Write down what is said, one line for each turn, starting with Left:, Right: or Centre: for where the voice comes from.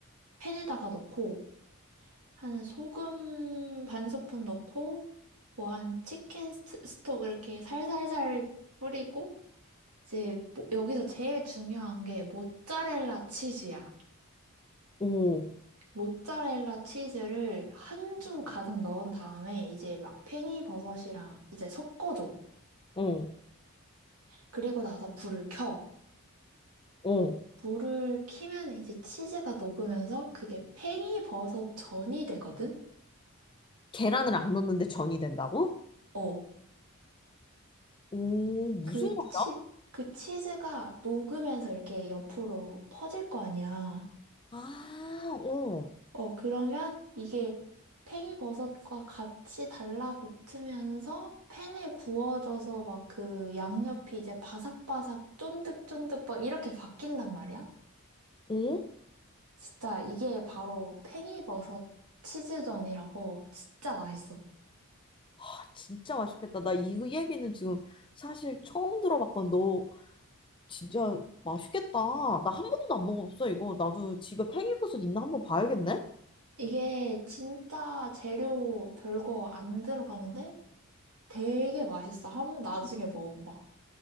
Right: 팬에다가 넣고 한 소금 반 스푼 넣고 뭐 한 치킨 스- 스톡 이렇게 살살살 뿌리고 이제 뭐- 여기서 제일 중요한 게 모짜렐라 치즈야.
Left: 어,
Right: 모짜렐라 치즈를 한줌 가득 넣은 다음에 이제 막 팽이버섯이랑 이제 섞어줘.
Left: 어,
Right: 그리고 나서 불을 켜.
Left: 어.
Right: 불을 키면 이제 치즈가 녹으면서 그게 팽이버섯 전이 되거든?
Left: 계란을 안 넣는데 전이 된다고?
Right: 어,
Left: 오, 무슨
Right: 그
Left: 맛이야?
Right: 치, 그 치즈가 녹으면서 이렇게 옆으로 퍼질 거 아니야.
Left: 아, 어,
Right: 어, 그러면 이게 팽이버섯과 같이 달라붙으면서 팬에 구워져서 막 그 양옆이 이제 바삭바삭 쫀득쫀득 막 이렇게 바뀐단 말이야?
Left: 어?
Right: 진짜 이게 바로 팽이버섯 치즈전이라고 진짜 맛있어.
Left: 아, 진짜 맛있겠다. 나 이 얘기는 지금 사실 처음 들어봤거든. 너 진짜 맛있겠다. 나 한 번도 안 먹어봤어, 이거. 나도 집에 팽이버섯 있나 한번 봐야겠네?
Right: 이게 진짜 재료 별거 안 들어가는데 되게 맛있어. 한번 나중에 먹어봐.